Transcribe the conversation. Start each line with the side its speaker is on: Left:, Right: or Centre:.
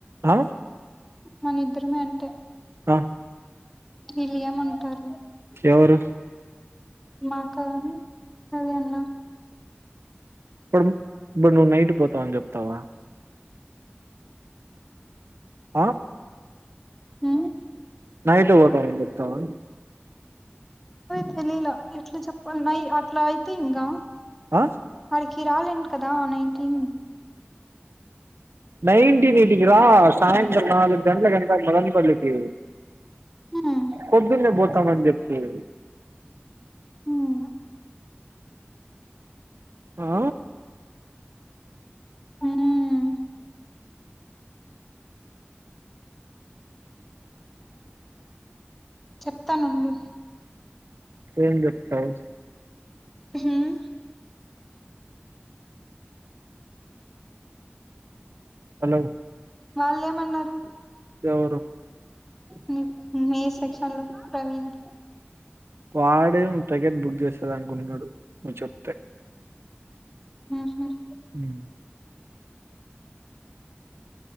Right: ఆ
Centre: మన ఇద్దరమే అంటే.
Right: హా్
Centre: విలియమ్ అంటారు.
Right: ఎవరు
Centre: మా అక్క గాని, అదే అన్నా.
Right: పని ఇప్పుడు నువ్వు నైట్ పోతావని చెప్తావా ఆ
Centre: ఉమ్
Right: నైట్ పోతానని చోప్ తవా
Centre: తెలియలా ఎట్లా చెప్పాలనైయి అట్లా అయితే ఇంగా.
Right: ఆ
Centre: ఆడకి రాలేని కదా నైటీన్
Right: నైన్టీన్ ఈటికి రా సాయంత్రం నాలుగు గంట్లా గంట మదనపల్లికి
Centre: హ్మ్
Right: పొద్దున్నే పోతామని చెప్పి కేవ్
Centre: హ్మ్
Right: ఆ
Centre: హుమ్మ్ చెప్తానండి
Right: ఏం చెప్తావు
Centre: హ్మ్మ్
Right: హలో
Centre: వాళ్ళేమన్నారు
Right: ఎవరు
Centre: మీ మీ సెక్షన్ లో ప్రవీణ్.
Right: వాడేం టికెట్ బుక్ చే చదా అనుకుంటున్నాడు. మీ చుట్టే
Centre: ఉష్ ష్
Right: హుమ్మ్